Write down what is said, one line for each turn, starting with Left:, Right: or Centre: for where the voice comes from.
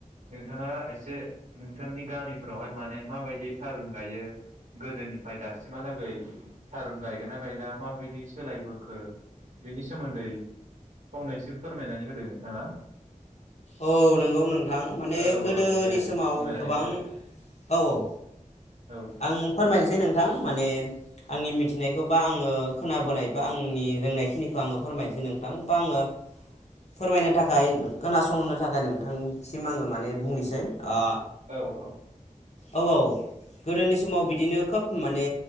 Right: नोंथाङा एसे नोंथांनि गामिफोरावहाय माने माबायदियै थारुन गायो गोदोनिफ्राय दासिमहालागै थारुन गायगोन ना गायला माबायदि सोलायबोखो बिनि सोमोन्दै फंनैसो फोरमायनानै नोंथाङा।
Left: औ नंगौ नोंथां माने
Right: औ
Left: गोदोनि
Right: औ दे
Left: समाव
Right: फोरमायनानै
Left: गोबां
Right: होदो
Left: औ औ
Right: औ
Left: आं फोरमायनोसै नोंथां माने आंनि मिथिनायखौ बा आंङो खोनाबोनाय बा आंनि रोंनायखिनिखौ आंङो फोरमायनोसै नोंथां बा आंङो फोरमायनो थाखाय खोनास संहोनो थाखाय नोंथांसिम आंङो माने बुंनोसै ओ
Right: औ औ।
Left: औ औ। गोदोनि समाव बिदिनो खोब माने